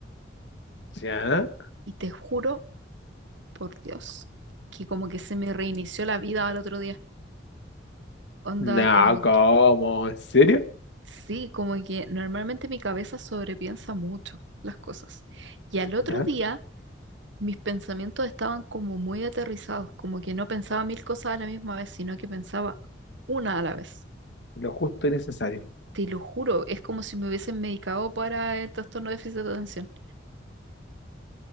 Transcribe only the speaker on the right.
Y te juro, por Dios, que como que se me reinició la vida al otro día. Onda,
como
Sí, como que normalmente mi cabeza sobrepiensa mucho las cosas. Y al otro
día mis pensamientos estaban como muy aterrizados, como que no pensaba mil cosas a la misma vez, sino que pensaba una a la vez.
Te lo juro, es como si me hubiesen medicado para el trastorno de déficit de atención,